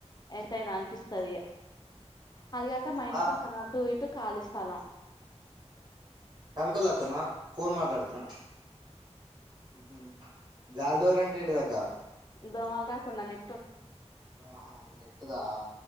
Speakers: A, on the left (about 35°); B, on the right (about 40°).
A: ఎంతైనా అనిపిస్తది ఇగా అదిగాక మా ఇంట్
B: ఆ
A: అటు ఇటు కాలీ స్థలం
B: పనుకోలే అత్తమ్మా ఫోన్ మాట్లాడుతున్నా ఉహూమ్ జాలిడోర్ అంటే ఏంటిదక్కా?
A: ఈ దోమలు రాకుండా నె
B: అహా నెట్ దా!